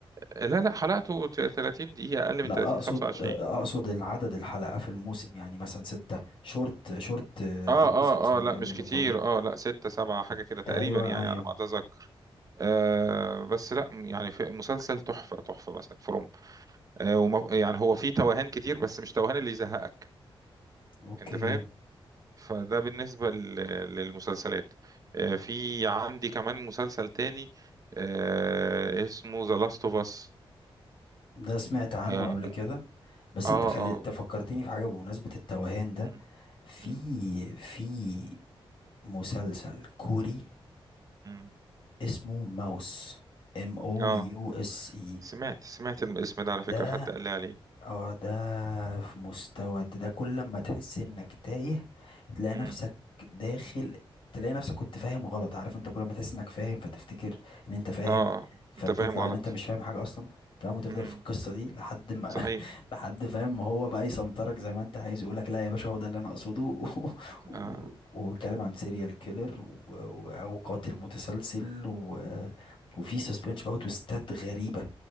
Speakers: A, on the right; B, on the left.
A: لا لا حلقته ت- 30 دقيقة أقل
B: لا
A: من 30
B: اقصد
A: 25
B: اقصد العدد الحلقة في الموسم يعني مثلا ستة شورت شورت
A: اه
B: ايبيسودز
A: اه
B: ولا
A: اه لا مش
B: ولا
A: كتير
B: طويل
A: اه لا ستة سبعة حاجة كده تقريبا
B: ايوه
A: يعني
B: ايوه
A: على ما اتذكر آه بس لا يعني في مسلسل تحفة تحفة مثلا فروم آه وم... يعني هو فيه توهان كتير بس مش توهان اللي يزهقك
B: اوكي
A: انت فاهم فده بالنسبة لل- للمسلسلات آه في عندي كمان مسلسل تاني آه اسمه ذا لاست اوف اس
B: ده سمعت عنه
A: اه
B: قبل كده بس
A: اه
B: انت خلي
A: آه.
B: انت فكرتني في حاجة بمناسبة التوهان ده
A: م-
B: في
A: م-
B: في مسلسل كوري
A: م.
B: اسمه ماوس ام او
A: آه.
B: يو اس اي
A: سمعت سمعت الاسم ده على فكرة
B: ده
A: حد قال لي عليه
B: اه ده في مستوى ده كل ما تحس انك تايه تلاقي
A: امم
B: نفسك داخل تلاقي نفسك كنت فاهم غلط عارف انت كل ما تحس انك فاهم فتفتكر ان انت فاهم
A: اه آه.
B: فتطلع
A: انت فاهم غلط
B: ان انت مش فاهم حاجة اصلا فاهم وتفضل
A: امم
B: في القصة دي لحد ما
A: صحيح
B: <laughs> لحد فاهم ما هو بقى يسنطرك زي ما انت عايز يقولك لا يا باشا هو ده اللي انا اقصده <laughs> و- و-
A: اه
B: وبيتكلم عن سيريال كيلر و... و- او قاتل متسلسل و... وفي سسبنش بقى وتويستات غريبة